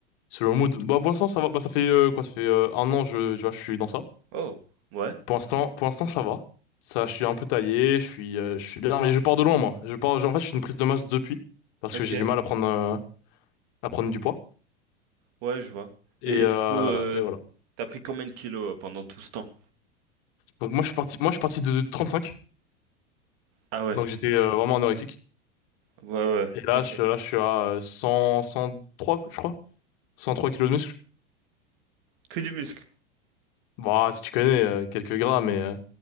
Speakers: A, on the left (about 55°); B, on the right (about 55°).
A: C'est le mood. Bah, pour l'instant, ça va. Bah, ça fait euh, quoi? Ça fait euh, un an, je, tu vois, je suis dans ça.
B: Oh, ouais,
A: Pour l'instant, pour l'instant, ça va. Ça, je suis un peu taillé, je suis, euh, je suis bien, mais je pars de loin, moi. Je pars, en fait, je suis une prise de masse depuis, parce
B: ok,
A: que j'ai du mal à prendre, euh, à prendre du poids.
B: ouais, je vois.
A: Et,
B: Et
A: euh,
B: du coup, euh,
A: et voilà.
B: t'as pris combien de kilos euh, pendant tout ce temps?
A: Donc, moi, je suis parti, moi, je suis parti de 35.
B: Ah ouais,
A: Donc, j'étais euh, vraiment anorexique.
B: ouais, ouais,
A: Et là,
B: ok.
A: je, là, je suis à euh, 100, 103, je crois. 103 kilos de muscle.
B: Que du muscle.
A: Bah, si tu connais, euh, quelques gras, mais euh,